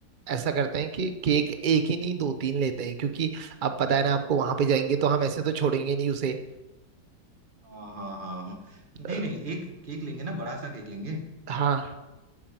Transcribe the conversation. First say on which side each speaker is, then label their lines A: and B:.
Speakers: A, on the right; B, on the right.
A: ऐसा करते हैं कि केक एक ही नहीं दो तीन लेते हैं क्योंकि अब पता है ना आपको वहां पे जाएंगे तो हम ऐसे तो छोड़ेंगे नहीं उसे
B: हाँ हाँ हाँ हाँ।
A: अ,
B: नहीं नहीं एक केक लेंगे ना बड़ा सा केक लेंगे
A: हाँ